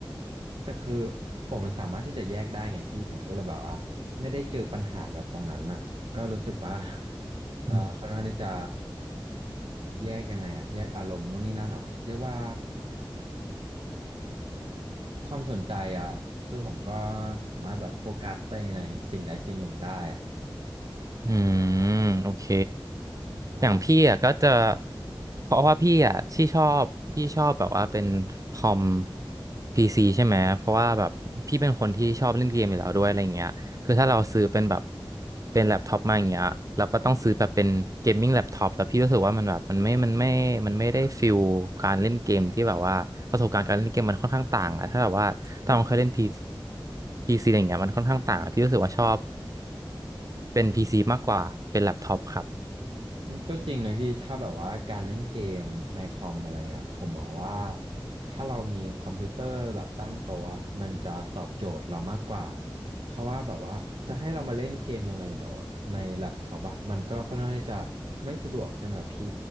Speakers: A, on the right (about 80°); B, on the right (about 40°).
A: แต่คือผมสามารถที่จะแยกได้ไงพี่ผมก็เลยแบบว่าไม่ได้เจอปัญหากับตรงนั้นน่ะก็รู้สึกว่า <laughs> ก็ค่อนข้างที่จะ
B: อืม
A: แยกยังไงอะแยกอารมณ์นู่นนี่นั่นเหรอเรียกว่าความสนใจอะคือผมก็สามารถแบบโฟกัสไปในสิ่งใดสิ่งหนึ่งได้อะ
B: อืมโอเค
A: ใช่
B: อย่างพี่อ่ะก็จะเพราะว่าพี่อ่ะที่ชอบพี่ชอบแบบว่าเป็นคอมพีซีใช่ไหมเพราะว่าแบบพี่เป็นคนที่ชอบเล่นเกมอยู่แล้วด้วยอะไรเงี้ยคือถ้าเราซื้อเป็นแบบเป็นแล็ปท็อปมาอย่างเงี้ยเราก็ต้องซื้อแบบเป็นเกมมิ่งแล็ปท็อปแล้วพี่รู้สึกว่ามันแบบมันไม่มันไม่มันไม่ได้ฟิลการเล่นเกมที่แบบว่าประสบการณ์การเล่นเกมมันค่อนข้างต่างอะถ้าแบบว่าตอนเราเคยเล่นพี
A: โอเค
B: พีซีอะไรเงี้ยมันค่อนข้างต่างอะพี่รู้สึกว่าชอบ เป็น PC มากกว่าเป็นแล็ปท็อปครับ
A: อืมก็จริงนะพี่ถ้าแบบว่าการเล่นเกมในคอมอะไรเงี้ยครับผมมองว่าถ้าเรามีคอมพิวเตอร์แบบตั้งโต๊ะอะมันจะตอบโจทย์เรามากกว่าเพราะว่าแบบว่าจะให้เรามาเล่นเกมยังไงแบบว่าในแล็ปท็อปอะมันก็ค่อนข้างที่จะไม่สะดวกใช่ไหมล่ะพี่